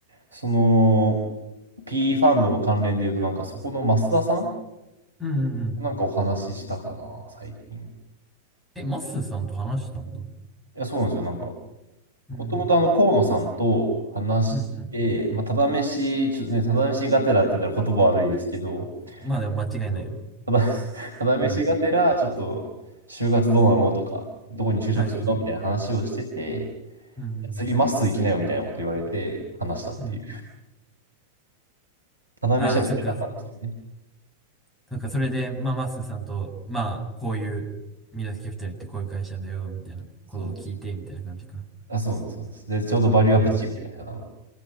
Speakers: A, on the right; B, in the centre.
A: その、P ファンドの関連で言うと、なんかそこの増田さん
B: うんうん
A: なんかお話ししたかな、最近。い
B: え、マッスーさんと話したんだ。
A: や、そうなんですよ。なんか、
B: うん。
A: もともとあの、河野さんと話して、
B: うんうん。
A: まあ、ただ飯、ちょっとね、ただ飯がてらって言ったら言葉悪いですけど、
B: まあでも間違いないよ。
A: ちょっとただ、<laughs> ただ飯がてら、
B: うん。
A: ちょっと、就活どうなのとか、どこに就職するのみたいな話をしてて、
B: はいはいはい。うん。
A: 次まっすー行きなよみたいなこと言われて、話したっていう。
B: うん。
A: ただ飯は出なかったんですよね。
B: ああ、そっか。そっか、それで、まあ、マッスーさんと、まあ、こういう、宮崎キャピタルってこういう会社だよ、みたいなことを聞いて、
A: そう。
B: みたいな感じか。
A: あ、そうです、そうです。で、ちょうどバリューアップチームじゃないですか、
B: うん。
A: 多分。っ